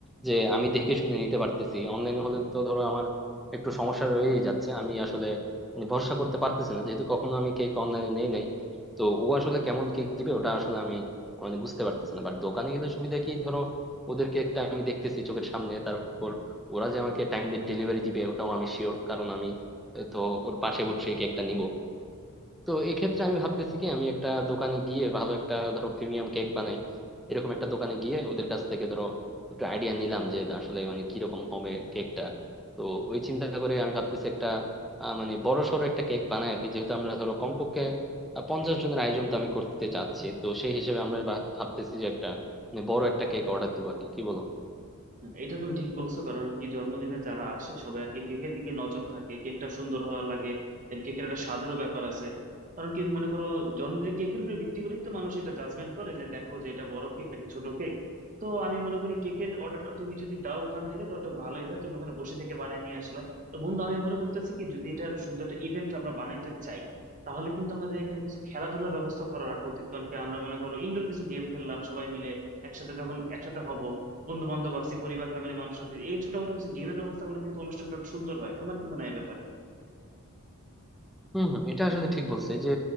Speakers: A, in the centre; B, on the right.
A: যে আমি দেখে শুনে নিতে পারতেছি অনলাইনে হলে তো ধরো আমার একটু সমস্যা রয়েই যাচ্ছে আমি আসলে মানে ভরসা করতে পারতেছি না যেহেতু কখনো আমি কেক অনলাইনে নেই নাই তো ও আসলে কেমন কেক দিবে ওটা আসলে আমি মানে বুঝতে পারতেছি না বাট দোকানে গেলে সুবিধা কি ধরো ওদের কেকটা আমি দেখতেছি চোখের সামনে তারপর ওরা যে আমাকে টাইমলি ডেলিভারি দিবে ওটাও আমি শিওর কারণ আমি এ, তো ওর পাশে বসে কেকটা নিব তো এক্ষেত্রে আমি ভাবতেছি কি আমি একটা দোকানে গিয়ে ভালো একটা ধরো প্রিমিয়াম কেক বানাই এরকম একটা দোকানে গিয়ে ওদের কাছ থেকে ধরো একটু আইডিয়া নিলাম যে আসলে মানে কিরকম হবে কেকটা তো ওই চিন্তা করে আমি ভাবতেছি একটা আহ, মানে বড় সড়ো একটা কেক বানাই আর কি যেহেতু আমরা ধরো কমপক্ষে পঞ্চাশ জনের আয়োজন তো আমি করতে চাচ্ছি তো সেই হিসেবে আমরা ভাব- ভাবতেছি যে একটা মানে বড় একটা কেক অর্ডার দিব আর কি কি বলো
B: না, এটা তুমি ঠিক বলছো কারণ কি জন্মদিনে যারা আসে সবাই আর কি কেকের দিকে নজর থাকে কেকটা সুন্দর হওয়া লাগে দেন কেকের একটা স্বাদেরও ব্যাপার আছে কারণ কি মনে করো জন্মদিনে কেকের উপর ভিত্তি করেই তো মানুষ এটা জাজমেন্ট করে যে দেখো যে এটা বড় কেক নাকি ছোট কেক তো আমি মনে করি কেকের অর্ডারটা তুমি যদি দাও ওখান থেকে তো ওটা ভালোই হয় তুমি ওখানে বসে থেকে বানায় নিয়ে আসলা তো বন্ধু আমি মনে করতেছি কি যদি এটা সুন্দর একটা ইভেন্ট আমরা বানাইতে চাই তাহলে কিন্তু আমাদের এখানে কিছু খেলাধুলার ব্যবস্থা করা রাখা উচিত কারণ কি আমরা মনে করো ইনডোর কিছু গেম খেললাম সবাই মিলে একসাথে যখন একসাথে হব বন্ধু বান্ধব আছে পরিবার ফ্যামিলি মানুষ আছে এই ছোটখাটো কিছু গেমের ব্যবস্থা করলে কিন্তু অনুষ্ঠানটা আরো সুন্দর হয় তোমার কি মনে হয় ব্যাপার
A: হম হম এটা আসলে ঠিক বলছে যে